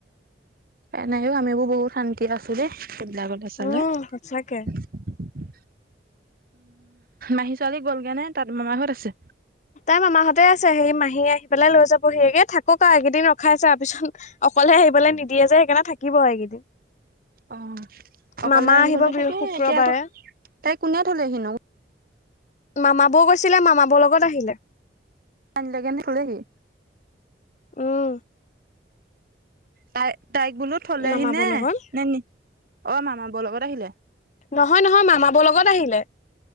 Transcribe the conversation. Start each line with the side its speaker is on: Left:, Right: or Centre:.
Right: এনেকেও আমিবোৰ বহুত শান্তিত আছো দেই সেইবিলাকতে চালে।
Left: উম সঁচাকে
Right: উম, মাহী ছোৱালী গ'লগেনে তাত মামাৰ ঘৰত আছে?
Left: তাই মামা ঘৰতে আছে, সেই মাহী আহি পেলাই লৈ যাবহি, থাকক আৰু এইকেইদিন ৰখাইচো আৰু পিছত অকলে আহিবলৈ নিদিয়ে যে সেইকাৰণে থাকিব এইকেইদিন।
Right: অ', অকলে
Left: মামা
Right: আহিবলে
Left: আহিব বৃহ
Right: তাকে,
Left: শুক্ৰবাৰে
Right: এতিয়া আকৌ তাই কোনে থলেহি নো?
Left: মামা বৌ গৈছিলে, মামা বৌ লগত আহিলে।
Right: অনিলেগে নে। <unintelligible>
Left: উম।
Right: তাই-তাইক বোলো থলেহি
Left: মামা
Right: নে,
Left: বৌৰ লগত
Right: নে, অ', মামা বৌৰ লগত আহিলে।
Left: নহয় নহয়, মামা বৌৰ লগত আহিলে।